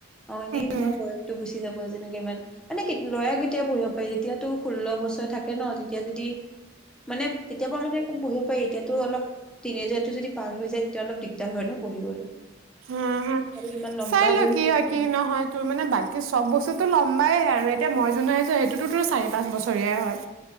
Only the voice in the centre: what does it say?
অ' এনেই তোমাৰ
বয়সটো গুচি যাব যেনেকে ইমান মানে লয়াৰ কেতিয়া পঢ়িব পাৰি, যেতিয়া তোত ষোল্ল বছৰ থাকে ন' তেতিয়া যদি মানে তেতিয়া পৰা মানে পঢ়িব প এতিয়াতো অলপ তিনি হজাৰটো যদি পাৰ হৈ যায় তেতিয়া অলপ দিগদাৰ হয় ন' পঢ়িবলৈ।
আৰু ইমান লম্বা
হেৰি
কৰিলে